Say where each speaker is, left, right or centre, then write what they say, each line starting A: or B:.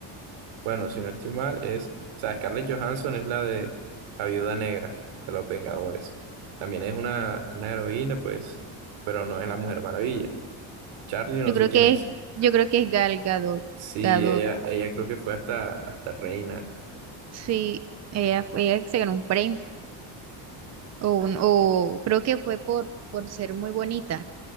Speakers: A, on the right; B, on the right.
A: Bueno, si no estoy mal, es. O sea, Scarlett Johansson es la de la Viuda Negra de los Vengadores. También es una, una heroína, pues, pero no es la Mujer Maravilla. Charlie, no
B: Yo creo
A: sé quién
B: que
A: es.
B: es, yo creo que es Gal Gadot.
A: Sí,
B: Gadot,
A: ella, ella creo que fue hasta, hasta reina.
B: sí, ella, ella se ganó un premio. O, un, o creo que fue por, por ser muy bonita.